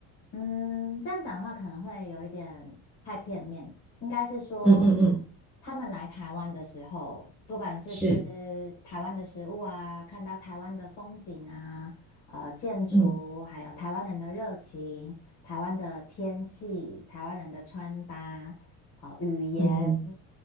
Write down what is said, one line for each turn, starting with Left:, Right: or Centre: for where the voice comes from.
Left: 嗯，这样讲的话可能会有一点太片面，应该是说
Centre: 嗯嗯嗯，
Left: 他们来台湾的时候，不管是吃
Centre: 是，
Left: 台湾的食物啊，看到台湾的风景啊，呃，建筑，
Centre: 嗯。
Left: 还有台湾人的热情、台湾的天气、台湾人的穿搭、啊、语言
Centre: 嗯嗯。